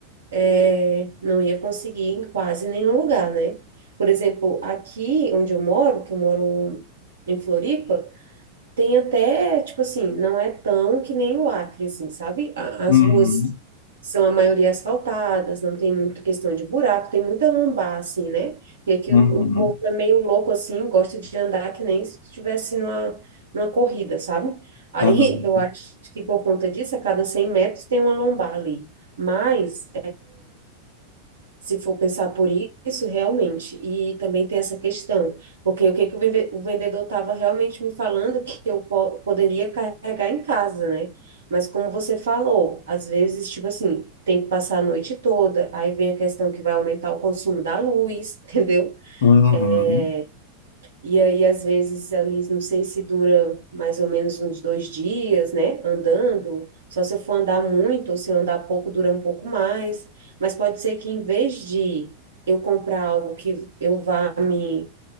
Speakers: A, on the right; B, on the left.
A: é, não ia conseguir em quase nenhum lugar, né? Por exemplo, aqui onde eu moro, que eu moro em Floripa, tem até, tipo assim, não é tão que nem o Acre, assim, sabe? A-
B: Uhum,
A: As ruas são a maioria asfaltadas, não tem muita questão de buraco, tem muita lombar, assim, né? E aqui
B: uhum,
A: o, o povo é meio louco, assim, gosta de andar que nem se estivesse numa, numa corrida, sabe? Aí
B: ah,
A: <laughs> eu acho que por conta disso, a cada 100 metros tem uma lombar ali. Mas se for pensar por isso, realmente. E também tem essa questão, porque o que que o vende- o vendedor estava realmente me falando que eu po- poderia carregar em casa, né? Mas como você falou, às vezes, tipo assim, tem que passar a noite toda, aí vem a questão que vai aumentar o consumo da luz, <laughs> entendeu?
B: uhum,
A: É, e aí, às vezes, ali, não sei se dura mais ou menos uns dois dias, né? Andando. Só se eu for andar muito ou se eu andar pouco, dura um pouco mais. Mas pode ser que, em vez de eu comprar algo que eu vá me,